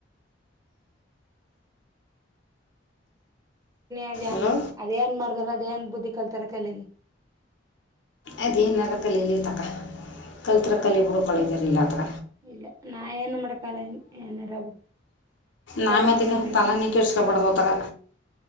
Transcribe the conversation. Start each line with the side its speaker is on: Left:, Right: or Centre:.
Right: ಅದ ಅ
Left: ಅಲೋ
Right: ಅದ ಏನ್ ಮಾಡ್ದಾರ ಏನ್ ಬುದ್ಧಿ ಕಲ್ತಾರ ಕಲಲಿ
Left: ಅದೀನರ ಕಾಲಿಲಿ ತಕ್ಕ ಕಲ್ತ್ರ ಕಲೆ ಬಿಡು ಕಳಿದಾರ ಇಲ್ಲ ಹತ್ರ
Right: ಇಲ್ಲ ನಾ ಏನು ಮಾಡೋಕಾಗಲ್ಲ ಏನಾರ ಹೇಳವಗಾದ
Left: ನಾಮೆತಿಕ ತಲೆನೇ ಕೆಡ್ಸ್ಕೊಬಾರ್ದು ತಗ